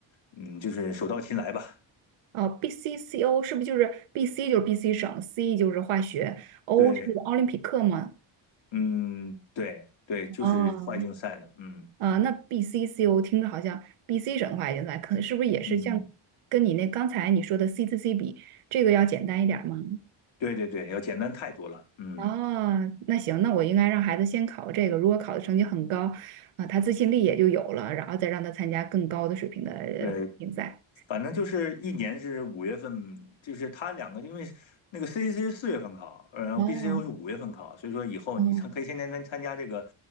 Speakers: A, on the left; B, on the right.
A: 嗯，就是手到擒来吧。
B: 哦 b c c o 是不是就是 BC 就是 BC 省，C 就是化学，O
A: 对，
B: 是奥林匹克吗？
A: 嗯，对对，
B: 哦，
A: 就是外竞赛的，嗯
B: 啊、那 BCCO 听着好像 BC 省的话也在，可能是不是也是像跟你那刚才你说的
A: 嗯，
B: CCC 比，这个要简单一点儿吗？
A: 对对对，要简单太多了，嗯，
B: 哦，那行，那我应该让孩子先考这个，如果考的成绩很高，啊、他自信力也就有了，然后再让他参加更高的水平的呃竞赛。
A: 对，反正就是一年是五月份，就是他两个，因为那个 CCC 是四月份考，然后
B: 哦，
A: BCCO 是五月份考，所以说以后你参可以先参参参加这个
B: 哦，